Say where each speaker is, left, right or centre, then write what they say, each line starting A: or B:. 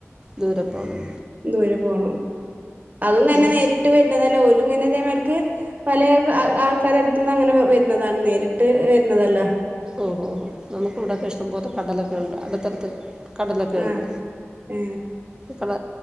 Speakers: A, on the right; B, on the right.
A: ദൂരെ പോണം
B: ദൂരെ പോണം അതും തന്നെ
A: ഇവിടെ
B: നേരിട്ട് വരുന്നതല്ല ഓലും ങ്ങനെ തേമാേർക്ക് പല ആൾക്കാര അടുത്തന്ന് അങ്ങനെ വരുന്നതാണ് നേരിട്ട് വരുന്നതല്ല
A: ഓഹോ ഹോ നമുക്ക് ഇവിടെക്കെ ഇഷ്ടം പോലെ കടലൊക്കെ ഉണ്ട് അടുത്തടുത്ത കടലൊക്കെയുണ്ട്
B: ആ ഏ
A: കട